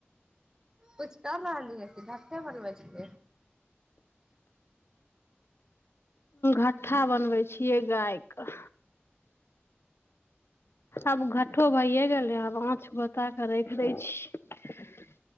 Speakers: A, on the right; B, on the left.
A: कछ कर रहलीठे मरब
B: घट्ठा बनबै छियै गायके आब घट्ठो भइए गेलै आब आँच बोता कऽ राख दै छी